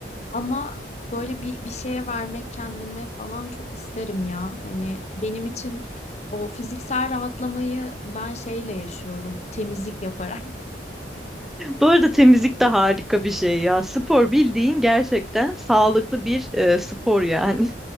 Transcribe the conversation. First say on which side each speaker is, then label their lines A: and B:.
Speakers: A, on the left (about 35°); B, in the centre.
A: Ama böyle bir, bir şeye vermek kendime falan çok isterim ya. Hani benim için o fiziksel rahatlamayı ben şeyle yaşıyorum. Temizlik yaparak.
B: Bu arada temizlik de harika bir şey ya. Spor bildiğin gerçekten sağlıklı bir e, spor yani.